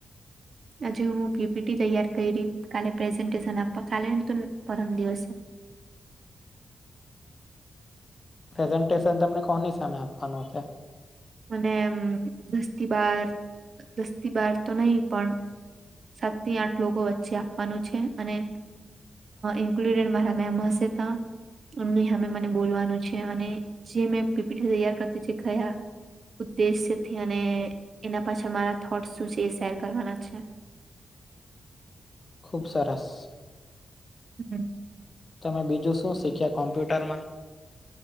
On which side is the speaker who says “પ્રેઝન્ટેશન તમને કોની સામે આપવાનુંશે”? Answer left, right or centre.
Left